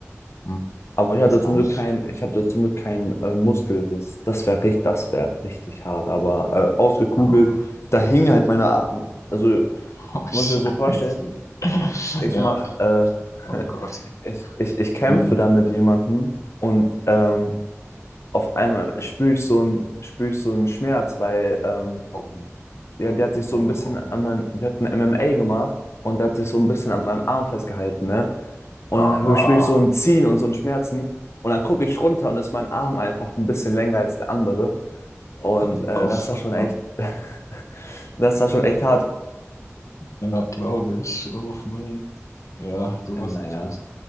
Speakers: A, on the left; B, on the left.
A: Hm.
B: Aber ich hatte
A: Wahrscheinlich.
B: zum Glück keinen, ich hatte zum Glück keinen äh, Muskelriss. Das wäre richtig, das wäre richtig hart. Aber äh, ausgekugelt,
A: Ja.
B: da hingen halt meine Arme. Also
A: Oh, Scheiße.
B: muss ich dir so vorstellen,
A: <laughs>
B: ich
A: Ja,
B: mache,
A: oh
B: äh,
A: Gott.
B: <laughs> ich, ich, ich kämpfe
A: Mhm.
B: da mit jemandem und ähm, auf einmal spüre ich so einen, spüre ich so einen Schmerz, weil ähm,
A: Au.
B: ja, der hat sich
A: Au,
B: so
A: au,
B: ein bisschen an
A: au.
B: meinem, wir hatten MMA gemacht und der hat sich so ein bisschen an meinem Arm festgehalten, ne? Und
A: Ah.
B: dann spüre ich so ein Ziehen und so ein Schmerzen und dann gucke ich runter und ist mein Arm einfach ein bisschen länger als der andere. Und
A: <laughs>
B: äh,
A: Oh,
B: das
A: fuck.
B: war schon echt, <laughs> das war schon echt hart.
A: Ja, glaube ich. Oh, Mann. Ja, sowas
B: Äh, Naja.
A: ist echt.